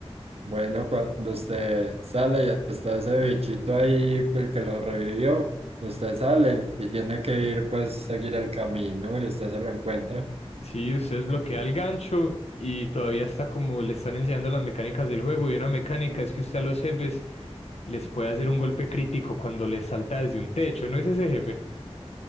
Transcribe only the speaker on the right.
Bueno, cuando usted sale y está ese bichito ahí, que el que lo revivió, usted sale y tiene que ir, pues, seguir el camino y usted se lo encuentra.